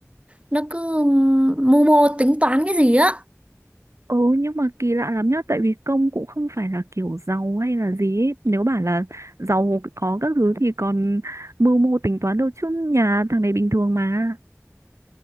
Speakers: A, on the right; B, on the right.
A: nó cứ mưu mô tính toán cái gì á
B: Ừ nhưng mà kỳ lạ lắm nhá Tại vì công cũng không phải là kiểu giàu hay là gì ấy. Nếu bảo là giàu có các thứ thì còn mưu mô tính toán đâu chứ Nhà thằng này bình thường mà